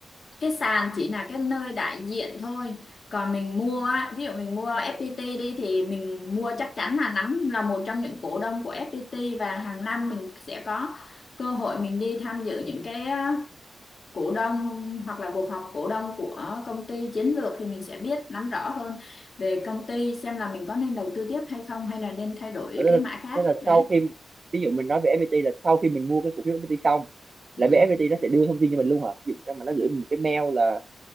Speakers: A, on the left; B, on the right.
A: cái sàn chỉ là cái nơi đại diện thôi còn mình mua á, ví dụ mình mua FPT đi thì mình mua chắc chắn là nắm là một trong những cổ đông của FPT và hàng năm mình sẽ có cơ hội mình đi tham dự những cái cổ đông hoặc là cuộc họp cổ đông của công ty chiến lược thì mình sẽ biết nắm rõ hơn về công ty xem là mình có nên đầu tư tiếp hay không hay là nên thay đổi
B: Thế
A: cái
B: là,
A: mã khác
B: thế là
A: đấy
B: sau khi ví dụ mình nói về FPT là sau khi mình mua cái cổ phiếu FPT xong
A: ừ.
B: là bên FPT nó sẽ đưa thông tin cho mình luôn hả? Ví dụ cho mà nó gửi mình một cái mail là